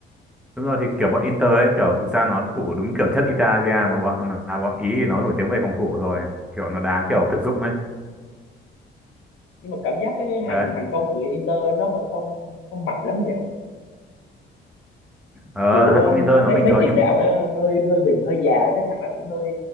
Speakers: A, in the centre; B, on the left (about 80°).
A: đúng rồi thì kiểu bọn Inter ấy kiểu dù sao nó thủ đúng kiểu chất Italia mà bọn mà bọn Ý thì nó nổi tiếng về phòng thủ rồi kiểu nó đá kiểu
B: Ừ.
A: thực dụng ấy
B: nhưng mà cảm giác cái hàng
A: đấy
B: hàng công của Inter nó vẫn không không mạnh lắm nhỉ
A: ờ,
B: kiểu
A: hàng
B: um,
A: công Inter nó
B: mấy
A: bình
B: mấy
A: thường
B: tiền
A: nhưng
B: đạo
A: mà-
B: nó hơi hơi bình hơi già mấy thằng nó cũng hơi